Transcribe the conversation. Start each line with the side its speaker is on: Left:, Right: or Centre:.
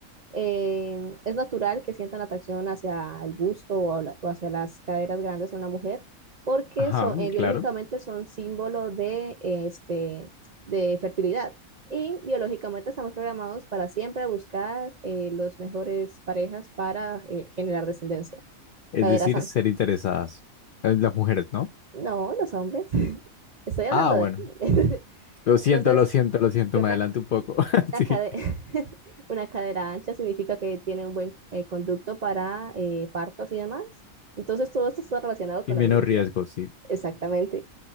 Right: eh, es natural que sientan atracción hacia el busto o, habla- o hacia las caderas grandes de una mujer, porque
Left: Ajá,
Right: son,
Left: mm,
Right: eh,
Left: claro.
Right: biológicamente son símbolo de, eh, este, de fertilidad. Y biológicamente estamos programados para siempre buscar eh, los mejores parejas para eh, generar descendencia,
Left: Es
Right: caderas
Left: decir, ser interesadas. Eh, Las mujeres, ¿no?
Right: no, los hombres. <laughs> Estoy hablando
Left: Ah, bueno.
Right: de hombres. <laughs>
Left: Lo
Right: Entonces,
Left: siento, lo siento, lo siento.
Right: que
Left: Me
Right: una,
Left: adelanto un poco. <laughs>
Right: una,
Left: Sí.
Right: cade- <laughs> una cadera ancha significa que tiene un buen eh, conducto para eh, partos y demás. Entonces, todo esto está relacionado
Left: Y
Right: con
Left: menos
Right: la biología.
Left: riesgo, sí.
Right: Exactamente.